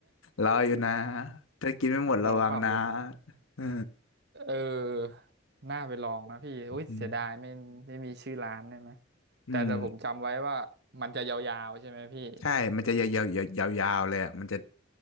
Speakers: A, on the left; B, on the right.
A: รออยู่นะถ้ากินไม่หมดระวังนะ
B: <laughs> รอปรับอยู่นะ
A: เออ
B: เออน่าไปลองนะพี่อุ้ยเสียดายไม่ไม่มีชื่อร้านได้ไหม
A: อืมอืม
B: แต่แต่ผมจำไว้ว่ามันจะยาวๆใช่ไหมพี่
A: ใช่มันจะยาวยาวยาวยาวยาวเลยอ่ะมันจะ